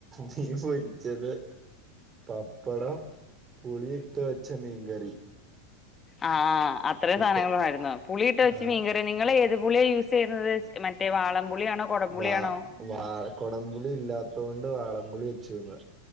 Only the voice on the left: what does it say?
ആ അത്രേം സാധനങ്ങളാരുന്നോ
പുളിയിട്ട് വെച്ച്
മീങ്ക ടെ നിങ്ങളേത് പുളിയ യൂസ് ചെയ്യുന്നത് മറ്റേ വാളംപുളിയാണോ കൊടംപുളിയാണോ